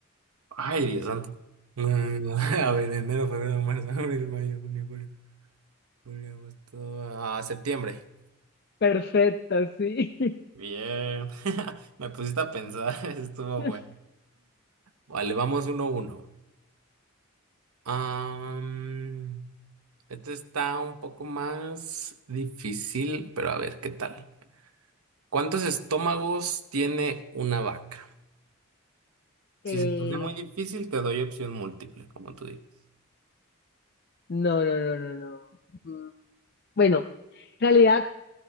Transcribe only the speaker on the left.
Perfecto, sí.
<laughs>
Eh,
no, no, no, no, no. Mm, Bueno, en realidad